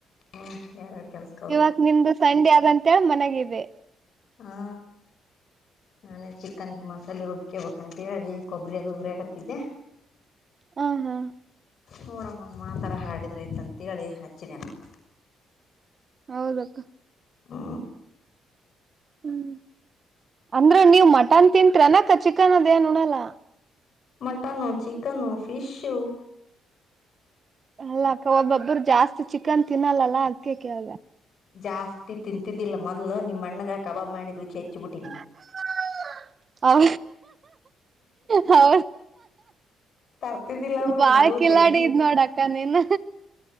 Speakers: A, on the left (about 60°); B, on the right (about 40°).
A: ಹ್ಮ್ ಯಾರರಡು ಕೆಲಸ
B: ಇವಕ್ ನಿಮ್ದು ಸಂಡೆ ಆದಂತ ಮನೆಗಿದೆ
A: ಹಾ ನಾನೇ ಚಿಕನ್ಗೆ ಮಸಾಲೆ ರುಬ್ಕೇಬೇಕಂತ ಹೇಳಿ ಕೊ ಗುರಾಗ ಗುರೇ ಹಕತ್ತಿದ್ದೆ
B: ಹಾ ಹಾ
A: ನೂರಮ್ಮೊಂದ ಮಾತರ ಹಾಡಿದ್ರಯತ ಅಂತೇಳಿ ಹಚ್ಚಿದೇನುೋ
B: ಹೌದಕ್ಕ
A: ಹಾ
B: ಹ್ಮ್ ಅಂದ್ರ ನೀವ್ ಮಟನ್ ತಿಂತಟ್ರ ಅನಕ್ಕ ಚಿಕನ್ ಅದೇನು ಉಣಲ್ಲ
A: ಮಟನ್ನು ಚಿಕನ್ನು ಫಿಶು
B: ಅಲ್ಲ ಅಕ್ಕ ಒಬ್ಬೊಬ್ಬರು ಜಾಸ್ತಿ ಚಿಕನ್ ತಿನ್ನಲ್ಲಲ್ಲ ಅದ್ಕೆ ಕೇಳ್ದ
A: ಜಾಸ್ತಿ ತಿಂತಿದ್ದಿಲ್ಲ ಮೊದ್ಲು ನಿಮ್ ಅಣ್ಣಗ ಕಬಾಬ್ ಮಾಡಿ ರುಚಿ ಹೆಚ್ಚಿಬಿಟ್ಟಿನಿ
B: ಇಲ್ಲ ಹೌ ಹೌ
A: ತರ್ತಿದ್ದಿಲ್ಲ ಅವರು
B: ಬಾಳ್
A: ಮಲ್
B: ಕಿಲಾಡಿ
A: ಜಗ್ಗಿ
B: ಇದ್ ನೋಡ ಅಕ್ಕ ನೀನ್